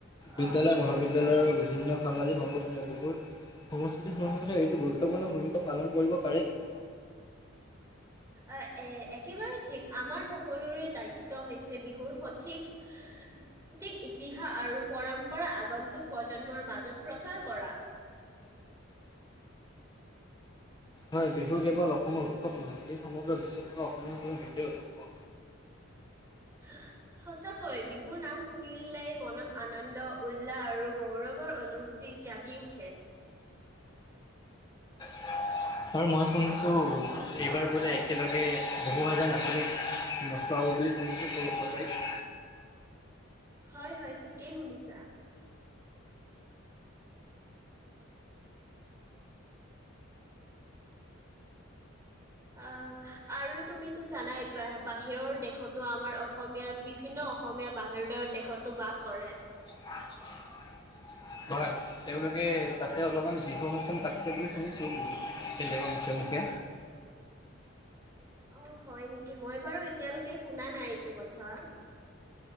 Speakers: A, on the left; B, on the right.
A: বিদ্যালয়
B: অ
A: মহাবিদ্যালয়ৰ বিভিন্ন সামাজিক সংগঠনে বহু সংস্কৃতিৰ সম এইটো গুৰুত্বপূৰ্ণ ভূমিকা পালন কৰিব পাৰে কিন্তু।
B: আহ আহ এ একেবাৰে ঠিক আমাৰ সকলোৰে দায়িত্ব হৈছে বিহুৰ সঠিক সঠিক ইতিহাস আৰু পৰম্পৰা আগন্তুক প্ৰজন্মৰ মাজত প্ৰচাৰ কৰা।
A: হয় বিহু কেৱল অসমৰ উৎসৱ নহয় এই সমগ্ৰ বিশ্বত থকা অসমীয়া বিৰ হৃদয় উৎস
B: আঁহ সঁচাকৈ বিহুৰ নাম শুনিলেই মনত আনন্দ, উল্লাহ আৰু গৌৰৱৰ অনুভূ জাগি উঠে
A: <inaudible> আৰু মই শুনিছোঁ এইবাৰ বোলে একেলগে বহু হাজাৰ আঁচনিক নোচোৱাব বুলি শুনিছো সৰু হোজাইত।
B: হয় হয় ঠিকেই শুনিছা। অ আৰু তুমিতো জানাই বাহিৰৰ দেশতো আমাৰ অসমীয়া বিভিন্ন অসমীয়া বাহিৰৰ দেশতো বাস কৰে।
A: <inaudible> হয় তেওঁলোকে তাতে অলপমান বিহু অনুষ্ঠান পাতিছে বুলি শুনিছো। বেলেগৰ মুখে মুখে।
B: অ হয় নেকি, মই বাৰু এতিয়ালৈকে শুনা নাই এইটো কথা।